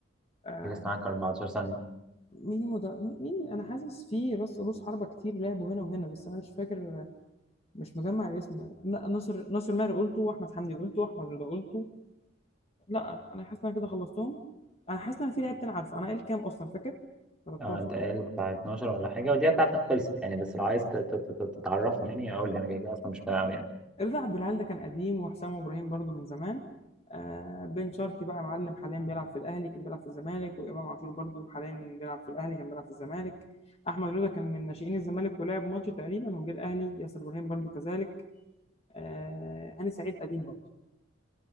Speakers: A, on the left (about 30°); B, in the centre.
A: آه...
B: لسه معاك 14 ثانية
A: مين مد... مين انا حاسس في راس رؤوس حربة كتير لعبوا هنا وهنا بس انا مش فاكر مش مجمع الاسم لا ناصر ناصر ماهر قلته واحمد حمدي قلته واحمد رضا قلته لا انا حاسس ان انا كده خلصتهم انا حاسس ان أنا في لعيب تاني عارفه انا قايل كام اصلا فاكر 13
B: اه انت قايل بتاع 12 ولا حاجة ودي بتاعتك خلصت يعني بس لو عايز ت- ت- ت- تتعرفني يعني اقول لي انا كده كده اصلا مش فاهم أوي يعني
A: رضا عبد العال ده كان قديم وحسام ابراهيم برضو من زمان آه بن شرقي بقى معلم حاليا بيلعب في الاهلي كان بيلعب في الزمالك وامام عاشور برضو حاليا بيلعب في الاهلي كان بيلعب في الزمالك احمد رضا كان من ناشئين الزمالك ولعب ماتش تقريبا وجه الاهلي ياسر ابراهيم برضو كذلك آه هاني سعيد قديم برضو